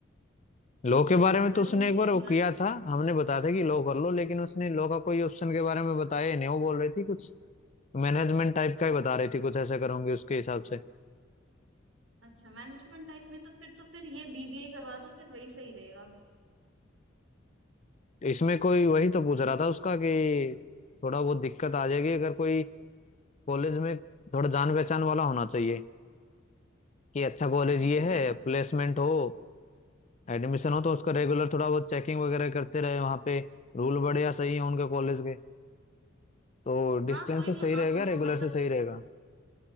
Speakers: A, on the left; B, on the right.
A: लॉ के बारे में
B: अगर
A: तो उसने
B: उन्हें
A: एक
B: इंटरेस्ट
A: बार वो किया
B: है
A: था
B: तो
A: हमने बताया था कि लॉ कर लो लेकिन उसने लॉ का कोई ऑप्शन के बारे में बताया ही नहीं वो बोल रही थी कुछ मैनेजमेंट टाइप का ही बता रही थी कुछ ऐसा करूंगी उसके हिसाब से
B: अच्छा मैनेजमेंट टाइप में तो फिर तो फिर ये बीबीए करवा दो फिर वही सही रहेगा
A: इसमें कोई वही तो पूछ रहा था उसका कि थोड़ा बहुत दिक्कत आ जाएगी अगर कोई कॉलेज में थोड़ा जान पहचान वाला होना चाहिए कि अच्छा कॉलेज
B: अच्छा
A: ये है प्लेसमेंट हो एडमिशन हो तो उसका रेगुलर थोड़ा बहुत चेकिंग वगैरह करते रहे वहाँ पे रूल बढ़िया सही है उनके कॉलेज के तो डिस्टेंस
B: हाँ कोई
A: से
B: नहीं
A: सही रहेगा
B: आप उनको
A: रेगुलर
B: मतलब
A: से सही
B: कि
A: रहेगा